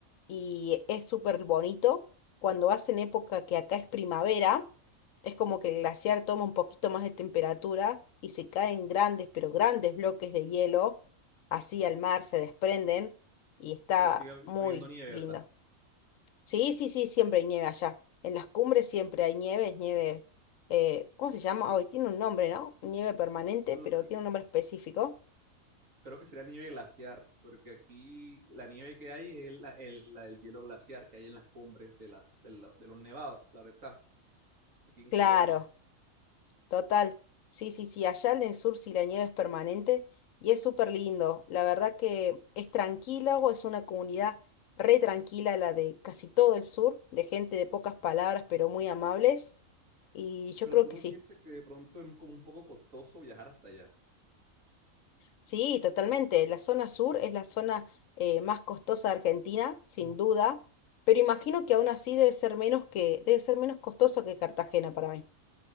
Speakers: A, on the left; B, on the right.
A: y es súper bonito. Cuando vas en época que acá es primavera, es como que el glaciar toma un poquito más de temperatura y se caen grandes, pero grandes bloques de hielo, así al mar se desprenden y está
B: pero sigue hab-
A: muy
B: habiendo nieve,
A: lindo.
B: ¿verdad?
A: Sí, sí, sí, siempre hay nieve allá. En las cumbres siempre hay nieve, es nieve, eh, ¿cómo se llama? Hoy tiene un nombre, ¿no? Nieve permanente,
B: Pero
A: pero
B: se-
A: tiene un nombre específico.
B: Creo que sería nieve glaciar, porque aquí la nieve que hay es la, el, la del hielo glaciar que hay en las cumbres de, la, de, la- de los nevados, claro está, aquí en
A: Claro,
B: Colombia.
A: total. Sí, sí, sí, allá en el sur sí la nieve es permanente y es súper lindo. La verdad que es tranquilo, es una comunidad re tranquila la de casi todo el sur, de gente de pocas palabras, pero muy amables. Y yo
B: Pero
A: creo
B: tú
A: que
B: no
A: sí.
B: sientes que de pronto es como un poco costoso viajar hasta allá.
A: Sí, totalmente. La zona sur es la zona eh, más costosa de Argentina, sin duda, pero imagino que aún así debe ser menos que, debe ser menos costoso que Cartagena para mí.